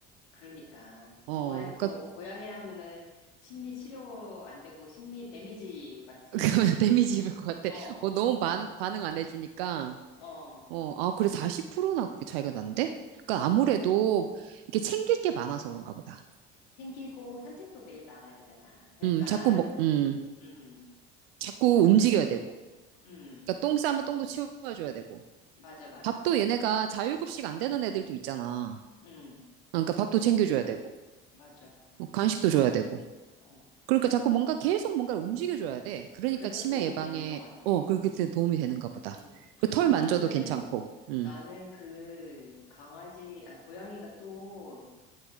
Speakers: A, on the left; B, on the right.
A: 그러니까.
B: 어.
A: 공아, 고,
B: 그니까,
A: 고양이라 하면은 심리 치료 안 되고 심리 데미지 받지.
B: <laughs> 데미지 입을 것 같아.
A: 어,
B: 어, 너무
A: 어,
B: 반, 반응 안 해주니까.
A: 어,
B: 어, 아, 그래, 40%나 그렇게 차이가 난대? 그니까
A: 어.
B: 아무래도 이게 챙길 게 많아서 그런가 보다.
A: 생기고 산책도 매일 나가야 되잖아. 그러니까,
B: 음, 자꾸 뭐, 음.
A: 음,
B: 자꾸 움직여야 되고.
A: 음,
B: 그니까 똥 싸면 똥도 치워줘야 되고.
A: 맞아, 맞아.
B: 밥도 얘네가 자율급식 안 되는 애들도 있잖아.
A: 음,
B: 그러니까 밥도 챙겨줘야 되고,
A: 맞아.
B: 어, 간식도 줘야 되고.
A: 어.
B: 그러니까 자꾸 뭔가 계속 뭔가를 움직여줘야 돼. 그러니까
A: 그래서
B: 치매
A: 도움이
B: 예방에,
A: 되는 것 같아.
B: 어, 그렇게
A: 음,
B: 되- 도움이 되는가 보다.
A: 음.
B: 그 털
A: 그
B: 만져도
A: 나는,
B: 괜찮고, 음,
A: 나는 그 강아지, 아, 고양이가 또